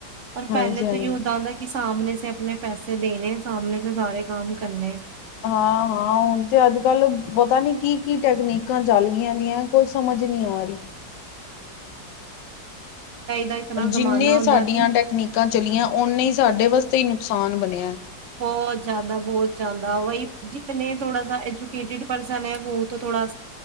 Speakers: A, on the right; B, on the left.
A: ਪਰਰ
B: ਹਾਂਜੀ,
A: ਪਹਿਲੇ
B: ਹਾਂਜੀ।
A: ਤੋਂ ਹੀ ਉੱਦਾਂ ਹੁੰਦਾ ਸਾਹਮਣੇ ਸ ਆਪਣੇ ਪੈਸੇ ਦੇਣੇ ਸਮਣੇ ਸ ਸਾਰੇ ਕੰਮ ਕਰਨੇ
B: ਹਾਂ, ਹਾਂ ਹੁਣ ਤੇ ਅੱਜ ਕੱਲ ਪਤਾ ਨੀ ਕੀ-ਕੀ ਟੈਕਨੀਕਾਂ ਚੱਲ ਗਈਆਂ ਦੀਆਂ ਕੁਈ ਸਮਝ ਨਹੀਂੀ ਆ ਰਹੀ
A: ਦਾ ਇਤਨਾ
B: ਜਿੰਨੇ
A: ਜ਼ਮਾਨਾ ਹੁੰਦਾ
B: ਸਾਡੀਆਂ
A: ਜੀ
B: ਟੈਕਨੀਕਾਂ ਚਲੀਆਂ ਓਨੇ ਹੀ ਸਾਡੇ ਵਾਸਤੇ ਹੀ ਆਸਾਨ ਬਣਿਆ
A: ਬਹੁਤ ਜ਼ਿਆਦਾ ਬਹੁਤ ਜ਼ਿਆਦਾ ਵਹੀ ਜਿੇ ਥੋੜਾ ਐਜੂਕੇਟਿਡ ਪਰਸਨ ਹੈ ਥੋੜਾ